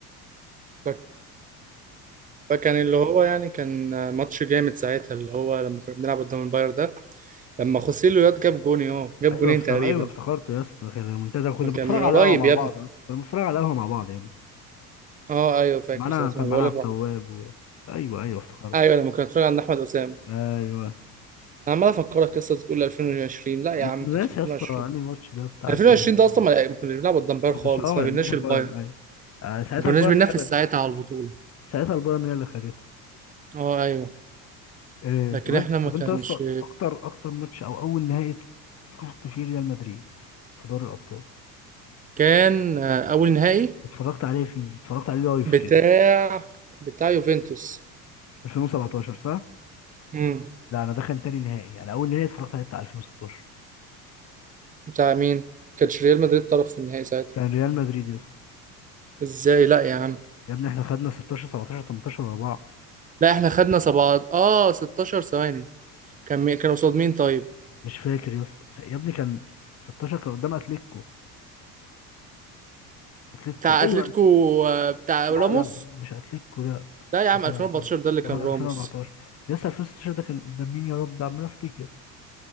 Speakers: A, on the right; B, on the left.
A: ف- فكان اللي هو يعني كان ماتش جامد ساعتها اللي هو لما كنا بنلعب قدام الباير ده لما خوسيلو ياد جاب جون اه جاب
B: ايوه
A: جونين
B: افتكر
A: تقريبا
B: ايوه افتكرته يا اسطى كان المنتدى كنا
A: ما كان
B: بنتفرج
A: من
B: على
A: قريب
B: القهوه مع
A: يا
B: بعض
A: ابني
B: اصلا كنا بنتفرج على القهوه مع بعض يا ابني.
A: اه ايوه فاكر
B: معانا
A: ساعتها
B: كان
A: ما
B: معانا
A: بقول
B: عبد
A: لك
B: التواب و... ايوه ايوه افتكرت
A: ايوه لما كنا بنتفرج عند احمد اسامه
B: ايوه
A: انا عمال افكرك قصه تقول 2020 لا يا
B: انا
A: عم ما
B: ناسي
A: كانش 2020
B: يا اسطى انهي ماتش ده بتاع
A: 2020
B: دي
A: ده اصلا ما ما كناش بنلعب قدام باير
B: احنا
A: خالص
B: مش اه ما
A: ما
B: لعبناش
A: بيناش
B: البايرن
A: الباير
B: ايوه آه، ساعتها
A: ما كناش
B: البايرن
A: بننافس
B: هي اللي
A: ساعتها على البطوله
B: ساعتها البايرن هي اللي خدتها
A: اه ايوه
B: إيه
A: لكن
B: طب انت
A: احنا ما
B: طب
A: كانش
B: انت يا اسطى اكتر اكتر ماتش او اول نهائي شفت فيه ريال مدريد في دوري الابطال
A: كان آه، اول نهائي
B: اتفرجت عليه فيه اتفرجت عليه لايف
A: بتاع
B: كده
A: بتاع يوفنتوس
B: 2017 صح؟
A: امم
B: لا انا ده كان تاني نهائي انا اول نهائي اتفرجت عليه بتاع 2016
A: بتاع مين ما كانش ريال مدريد طرف في النهائي ساعتها
B: كان ريال مدريد يا اسطى
A: ازاي لا يا عم
B: يا ابني احنا خدنا 16 17 18 ورا بعض
A: لا احنا خدنا سبعة اه 16 ثواني كان مي... كان قصاد مين طيب
B: مش فاكر يس يا ابني كان 16 كان قدام اتلتيكو اتلتيكو
A: بتاع
B: ايوه
A: اتلتيكو آه، بتاع
B: لا
A: راموس
B: لا مش اتلتيكو ده
A: لا يا عم
B: ده كان
A: 2014
B: 2000
A: ده اللي كان
B: ده كان
A: راموس
B: 2014 يس 2016 ده كان قدام مين يا رب عمال افتكر